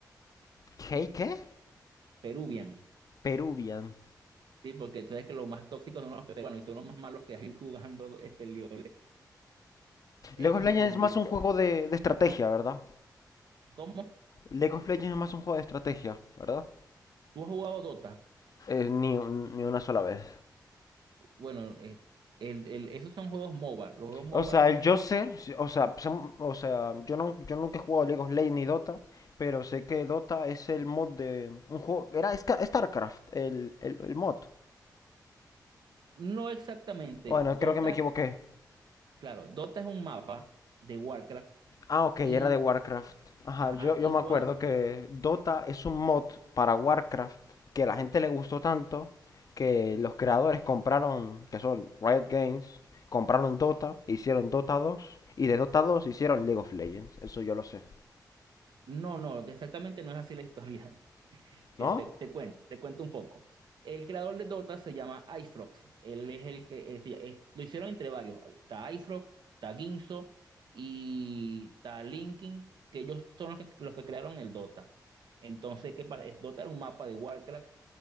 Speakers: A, on the left; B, on the right.
A: <laughs> ¿Qué? ¿Qué?
B: Peruvian,
A: Peruvian.
B: ¿sí? Porque tú sabes que los más tóxicos son los peruanos y son los más malos que hay <laughs> jugando este lío. Esos
A: League of Legends
B: sí son
A: es más
B: bien
A: un juego
B: malos.
A: de, de estrategia, ¿verdad?
B: ¿Cómo?
A: League of Legends es más un juego de estrategia, ¿verdad?
B: ¿Tú has jugado Dota?
A: Eh, ni, un- ni una sola vez.
B: Bueno, eh, el- el- esos son juegos MOBA. Los juegos MOBA
A: O sea,
B: son,
A: el yo sé, sí, o sea, son- o sea, yo no, yo nunca he jugado League of Legends ni Dota, pero sé que Dota es el mod de un juego, era Ska- StarCraft, el, el, el mod.
B: no exactamente,
A: Bueno,
B: Dota,
A: creo que me equivoqué.
B: claro, Dota es un mapa de Warcraft
A: Ah, ok,
B: Y,
A: era de Warcraft. Ajá,
B: ajá,
A: yo, yo
B: y
A: me
B: cuando...
A: acuerdo que Dota es un mod para Warcraft que a la gente le gustó tanto que los creadores compraron, que son Riot Games, compraron Dota, hicieron Dota 2 y de Dota 2 hicieron League of Legends. Eso yo lo sé.
B: No, no, exactamente no es así la historia. <laughs> Te,
A: ¿No?
B: te, te cuento, te cuento un poco. El creador de Dota se llama Icefrox. Él es el que... es- es- lo hicieron entre varios. Está Icefrox, está Ginzo y está Linkin, que ellos son los que, los que crearon el Dota. Entonces, que para, Dota era un mapa de Warcraft